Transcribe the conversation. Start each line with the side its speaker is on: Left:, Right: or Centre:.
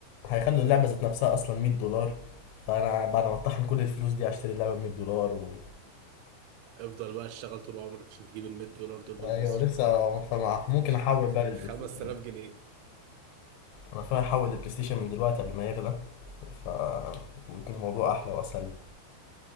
Left: هيخلوا اللعبة ذات نفسها أصلا 100 دولار فأنا بعد ما أطحن كل الفلوس دي هشتري اللعبة ب 100 دولار و...
Right: افضل بقى اشتغل طول عمرك عشان تجيب ال 100 دولار دول بالمصري
Left: أيوة لسه
Right: يا صاحبي
Left: فمع ممكن أحول
Right: <laughs>
Left: بقى للبلاي
Right: 5000
Left: ستيشن
Right: جنيه
Left: أنا فاهم أحول للبلاي ستيشن من دلوقتي قبل ما يغلى ف ويكون الموضوع أحلى وأسهل لي